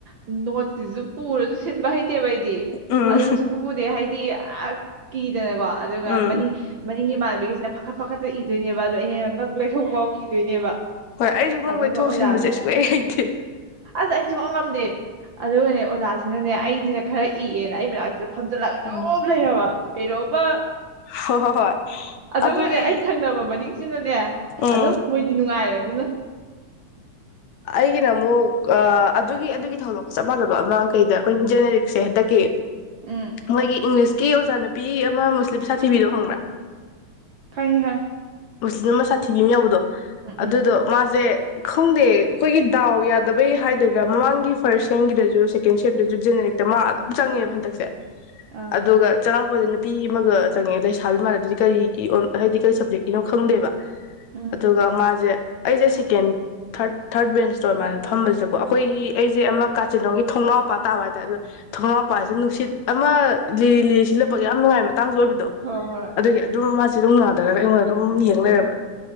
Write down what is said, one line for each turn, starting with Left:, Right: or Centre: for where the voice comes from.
Right: ꯅꯣꯠ ꯁꯤꯁꯨ ꯄꯨꯔꯁꯨ ꯁꯤꯟꯕ ꯍꯩ ꯇꯦꯕ ꯑꯩꯗꯤ
Left: ꯎꯝ
Right: ꯑꯗꯨꯅ ꯁꯨꯄꯨꯄꯨꯗꯦ ꯍꯥꯏꯗꯤ ꯑꯁ ꯀꯤ ꯅꯀꯣ ꯑꯗꯨꯒ
Left: ꯎꯝ
Right: ꯃꯅꯤꯡ ꯃꯅꯤ ꯅꯪꯒꯤ ꯏꯃꯥꯟꯅꯕꯤꯒꯩꯁꯤꯅ ꯐꯥꯈꯠ ꯐꯥꯈꯠꯇ ꯏꯗꯣꯏꯅꯦꯕ ꯑꯗꯣ ꯑꯩꯅ ꯉꯛ ꯂꯩꯊꯣꯛ ꯐꯥꯎ ꯀꯤꯗꯣꯏꯅꯦꯕ
Left: ꯍꯣꯏ ꯑꯩꯁꯨ ꯈꯪꯕꯣꯏ
Right: ꯑꯗꯨꯒ
Left: ꯊꯣꯛꯁꯤꯟꯕꯁꯦ
Right: ꯑꯣꯖꯥ
Left: ꯁꯨꯡꯍꯩ ꯍꯩꯇꯦ
Right: ꯑꯁ ꯑꯩ ꯁꯨꯡꯉꯝ ꯉꯝꯗꯦ ꯑꯗꯨꯒꯅꯦ ꯑꯣꯖꯥꯁꯤꯅꯅꯦ ꯑꯩꯁꯤꯅ ꯈꯔ ꯏꯑꯦꯅ ꯑꯩ ꯃꯅꯥꯛꯁꯤꯗ ꯐꯝꯖꯜꯂꯒ
Left: ꯑꯣ
Right: ꯑꯗꯨꯝ ꯂꯩꯔꯕ ꯀꯩꯅꯣꯡꯃꯥ
Left: ꯍꯣ ꯍꯣ ꯍꯣꯏ
Right: ꯑꯗꯨꯒꯅꯦ
Left: ꯑꯗꯨꯒꯤ
Right: ꯑꯩ ꯊꯪꯅꯕ ꯃꯅꯤꯡꯁꯤꯅꯅꯦ
Left: ꯎꯝ
Right: ꯑꯗꯨꯝ ꯃꯣꯏꯗꯤ ꯅꯨꯡꯉꯥꯏꯔꯦ ꯑꯗꯨꯅ
Left: ꯑꯩꯒꯤꯅ ꯑꯃꯨꯛ ꯑ ꯑꯗꯨꯒꯤ ꯑꯗꯨꯒꯤ ꯊꯧꯗꯣꯛ ꯆꯞ ꯃꯥꯟꯅꯕ ꯑꯃ ꯀꯩꯗ ꯑꯩꯈꯣꯏ ꯖꯦꯅꯦꯔꯦꯛꯁꯦ ꯍꯟꯗꯛꯀꯤ
Right: ꯎꯝ
Left: ꯃꯣꯏꯒꯤ ꯏꯪꯂꯤꯁ ꯀ ꯑꯣꯖꯥ ꯅꯨꯄꯤ ꯑꯃ ꯃꯨꯁꯂꯤꯝ ꯁꯥꯊꯤꯕꯤꯗꯣ ꯍꯪꯕ꯭ꯔꯥ
Right: ꯈꯪꯉꯦ ꯈꯪꯉꯦ
Left: ꯃꯨꯁꯂꯤꯝ ꯃ ꯁꯥꯠꯇ ꯊꯤꯕꯤ ꯃ ꯌꯥꯎꯕꯗꯣ ꯑꯗꯨꯗꯣ
Right: ꯎꯝ
Left: ꯃꯥꯁꯦ ꯈꯪꯗꯦ ꯑꯩꯈꯣꯏꯒꯤ ꯗꯥꯎ ꯌꯥꯗꯕꯩ ꯍꯥꯏꯗꯣꯏꯔꯥ ꯃꯃꯥꯡꯒꯤ ꯐꯥꯔꯁ ꯁꯦꯝꯒꯤꯗꯁꯨ ꯁꯦꯀꯦꯟ ꯁꯦꯝꯗꯁꯨ ꯖꯦꯅꯦꯔꯤꯛꯇ ꯃꯥ ꯑꯗꯨꯝ ꯆꯪꯉꯦꯕ ꯍꯟꯗꯛꯁꯦ
Right: ꯑꯥ
Left: ꯑꯗꯨꯒ ꯆꯔꯥꯎ ꯑꯧꯕꯗꯨ ꯅꯨꯄꯤ ꯑꯃꯒ ꯆꯪꯉꯛꯑꯦ ꯂꯩꯁꯥꯕꯤ ꯃꯥꯜꯂꯦ ꯑꯗꯨꯗꯤ ꯀꯔꯤꯒꯤ ꯑꯨ ꯍꯥꯏꯗꯤ ꯀꯩ ꯁꯞꯖꯦꯛꯀꯤꯅꯣ ꯈꯪꯗꯦꯕ
Right: ꯎꯝ
Left: ꯑꯗꯨꯒ ꯃꯥꯁꯦ ꯑꯩꯁꯦ ꯁꯦꯀꯦꯟ ꯊꯥꯔꯠ ꯊꯥꯔꯠ ꯕꯦꯟꯁꯇꯣ ꯑꯃꯥꯏꯅ ꯐꯝꯕꯁꯤꯗꯀꯣ ꯑꯩꯈꯣꯏꯒꯤ ꯑꯩꯁꯦ ꯑꯃ ꯀꯥꯆꯤꯟꯂꯣꯝꯒꯤ ꯊꯣꯛꯅꯥꯎ ꯃꯄꯥ ꯇꯥꯕ ꯍꯥꯏꯇꯥꯔꯦ ꯑꯗꯣ ꯊꯣꯡꯅꯥꯎꯄꯥꯁꯤ ꯅꯨꯡꯁꯤꯠ ꯑꯃ ꯂꯤꯔꯤ ꯂꯤꯔꯤ ꯁꯤꯜꯂꯛꯄꯒꯤ ꯌꯥꯝ ꯅꯨꯡꯉꯥꯏꯕ ꯃꯇꯥꯡꯁꯨ ꯑꯣꯏꯕꯗꯣ
Right: ꯍꯣꯏ ꯍꯣꯏ
Left: ꯑꯗꯨꯒꯤ ꯑꯗꯨꯝ ꯃꯥ ꯁꯤ ꯗꯨꯝ ꯉꯥꯗꯔꯒ ꯑꯩꯉꯣꯟꯗ ꯑꯗꯨꯝ ꯌꯦꯡ ꯂꯩꯔꯥꯕ